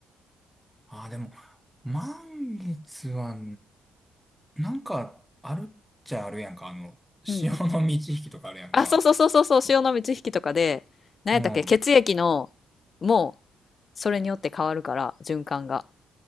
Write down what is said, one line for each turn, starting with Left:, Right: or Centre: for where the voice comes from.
Centre: ああ、でも、満月は、なんか、あるっちゃあるやんか。あの、潮の満ち引きとかあるやんか。
Left: うんうん。あそうそうそうそうそう潮の満ち引きとかで何やったっけ血液の
Centre: うん。
Left: もうそれによって変わるから循環が